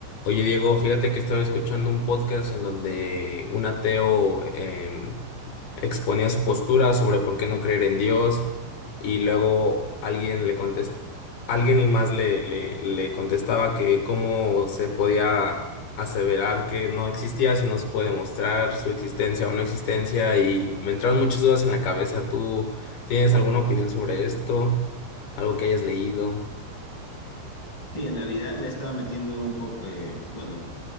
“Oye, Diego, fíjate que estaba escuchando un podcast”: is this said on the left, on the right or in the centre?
Left